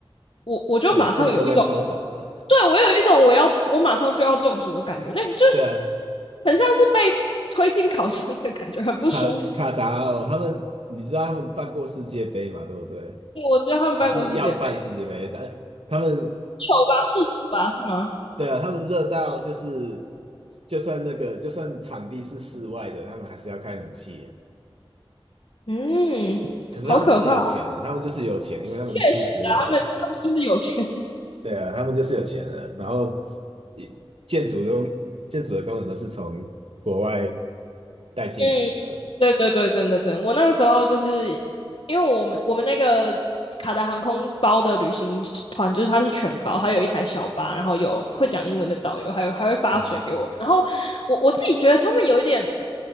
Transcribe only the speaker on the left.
我我就马上有一种，
对我有一种我要我马上就要中暑的感觉，那就
很像是被推进烤箱的感觉，很不舒服。
我只有他们办过世界杯，
球吧是主吧是吗？
嗯，
好可怕，
确实啊，他们他们就是有钱
嗯，对对对，真的真的，我那个时候就是因为我们我们那个卡达航空包的旅行团，就是它是全包，还有一台小巴，然后有会讲英文的导游，还有还会发水给我们。
然后我我自己觉得他们有一点